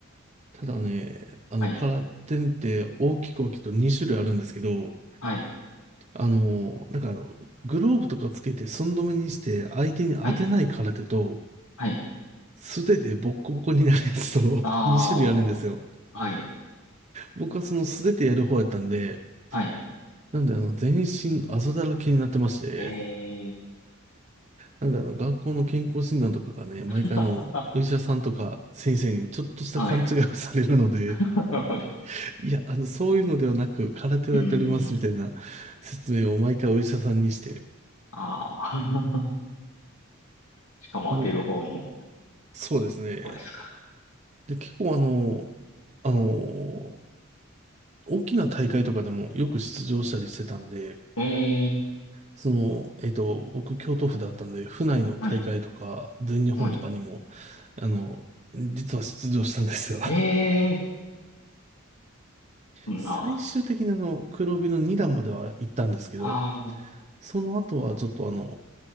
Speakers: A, on the right (about 35°); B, on the left (about 80°).
A: ただね、あの、
B: はい、
A: 空手って大きく大きくと2種類あるんですけど、
B: はい、
A: あの、なんかあの、グローブとかつけて寸止めにして相手に当てない空手と、
B: はい、はい。
A: 素手でボッコボコになるやつと2
B: ああ、
A: <laughs> 種類あるんですよ。
B: はい、
A: 僕はその素手でやる方やったんで、
B: はい。
A: なんであの、全身あざだらけになってまして、
B: えー、
A: なんだろう、学校の健康診断とかがね、毎回あの、
B: <laughs>
A: お医者さんとか先生にちょっとした勘違いをされるので、
B: はい。<laughs>
A: <laughs> いや、あの、そういうのではなく、空手をやっておりますみたいな説明を毎回お医者さんにして、
B: うーん、ああ、<laughs> しかも当てる方の、
A: あのそうですね。
B: そうですか。
A: で、結構あの、あの、大きな大会とかでもよく出場したりしてたんで、
B: えー、
A: その、えっと、僕、京都府だったんで、府内の大会とか、
B: はい。
A: 全日本とかにも、
B: はい
A: あの、実は出場したんですよ。
B: ええーそんな、
A: 最終的にあの、黒帯の2段までは行ったんですけど、
B: ああ、
A: その後はちょっとあの、